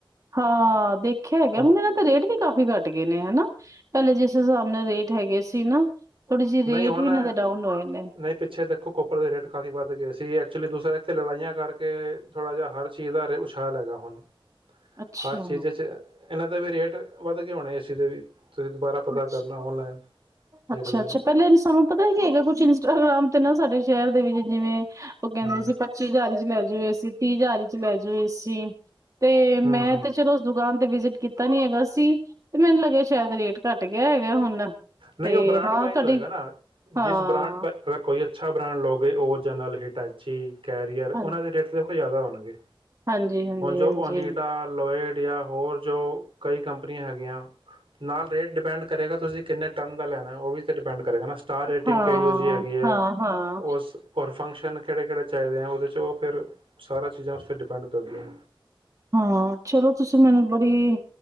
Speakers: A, on the right; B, on the right.
A: ਹਾਂ ਦੇਖਿਆ ਹੈਗਾ
B: ਕੰ
A: ਹੁਣ ਇਹਨਾਂ ਤੇ ਰੇਟ ਵੀ ਕਾਫ਼ੀ ਘੱਟ ਗਏ ਨੇ ਹਨਾ ਪਹਿਲੇ ਜਿਸ ਉਸ ਹਿਸਾਬ ਨਾਲ ਰੇਟ ਹੈਗੇ ਸੀ ਨਾ ਥੋੜੀ ਜਿਹੀ ਰੇਟ
B: ਨਹੀਂ ਹੁਣ
A: ਵੀ ਇਹਨਾਂ ਦੇ ਡਾਊਨ ਹੋਏ ਨੇ
B: ਨਹੀਂ ਪਿੱਛੇ ਦੇਖੋ ਕੋਪਰ ਦੇ ਰੇਟ ਕਾਫੀ ਵੱਧ ਗਏ ਸੀ ਦੂਸਰੇ ਐਥੇ ਲੜਾਈਆਂ ਕਰਕੇ ਥੋੜਾ ਜਿ ਹਰ ਚੀਜ਼ ਦਾ ਉਛਾਲ ਹੈਗਾ ਹੁਣ
A: ਅੱਛਾ
B: ਹਰ ਚੀਜ਼ 'ਚ ਇਹਨਾਂ ਦੇ ਵੀ ਰੇਟ ਵੱਧ ਕੇ ਹੋਣੇ ਏ ਸੀ ਦੇ ਵੀ ਤੁਸੀਂ ਦੁਬਾਰਾ ਪਤਾ
A: ਅੱਛਾ
B: ਕਰਨਾ ਔਨਲਾਈਨ ਦੇਖ
A: ਅੱਛਾ-ਅੱਛਾ
B: ਲੈਣਾ
A: ਪਹਿਲੇ ਸਾਨੂੰ ਪਤਾ ਹੀ ਕੀ ਹੈਗਾ ਕੁਛ ਇੰਸਟਾਗ੍ਰਾਮ ਤੇ ਨਾ ਸਾਡੇ ਸ਼ਹਿਰ ਦੇ ਵਿੱਚ ਜਿਵੇਂ ਉਹ ਕਹਿੰਦੇ
B: ਹੂੰ
A: ਸੀ ਪੱਚੀ ਹਜ਼ਾਰ ਚ ਲੈ ੈਜਏ ਸੀ ਤੀਹ ਹਜ਼ਾਰੀ ਚ ਲੈ ਜਾਉ ਐਸੀ ਤੇ
B: ਹੂੰ
A: ਮੈਂ
B: ਹੂੰ
A: ਤੇ ਚਲੋ ਉਸ ਦੁਕਾਨ ਵਿਜਿਟ ਕੀਤਾ ਨੀ ਹੈਗਾ ਸੀ ਤੇ ਮੈਨੂੰ ਲੱਗਿਆ ਸ਼ਾਇਦ ਰੇਟ ਘੱਟ ਗਿਆ ਹੈਗਾ ਹੁਣ
B: ਨਹੀਂ
A: ਤੇ
B: ਉਹ ਬ੍ਰਾਂਡ
A: ਹਾਂ
B: ਵਾਈਜ਼
A: ਤੁਹਾਡੀ
B: ਹੋਏਗਾ ਨਾ
A: ਹਾਂ
B: ਜਿਸ ਬ੍ਰਾਂਡ ਅਗਰ ਕੋਈ ਅੱਛਾ ਬ੍ਰਾਂਡ ਲਉਗੇ ਉਹਓ ਜਨਲ ਹਿਟੈਚੀ ਕੈਰੀਅਰ ਉਹਨਾਂ
A: ਹਾਂ
B: ਦੇ ਰੇਟ ਤੇ ਉ ਜ਼ਿਆਦਾ ਹੋਣਗੇ
A: ਹਾਂਜੀ-ਹਾਂਜੀ-ਹਾਂਜੀ
B: ਹਜੋ ਅਨਿਡਾ ਲੋਇਡ ਜਾਂ ਹੋਰ ਜੋ ਕਈ ਕੰਪਨੀਆਂ ਹੈਗੀਆਂ। ਨਾਲ ਰੇਟ ਡਿਪੈਂਡ ਕਰੇਗਾ ਤੁਸੀਂ ਕਿੰਨੇ ਟਨ ਦਾ ਲੈਣਾ ਉਹ ਵੀ ਡਿਪੈਂਡ ਕਰੇਗਾ ਸਟਾਰ ਰੇਟਿੰਗ
A: ਹਾਂ
B: ਕਿਹੜ ਯੂ ਜੀ ਹੈਗੀ ਹੈ
A: ਹਾਂ-ਹਾਂ
B: ਉਸਰ ਫੰਕਸ਼ਨ ਕਿਹੜੇ ਕਿਹੜੇ ਚਾਹੀਦੇ ਆ ਉਹਦੇ 'ਚ ਫਿਰ ਸਾਰਾ ਚੀਜ਼ਾਂ ਉਸ 'ਤੇ ਡਿਪੈਂਡ ਕਰਦੀਆਂ।
A: ਹਾਂ ਚਲੋ ਤੁਸੀਂ ਮੈਨੂੰ ਬੜੀ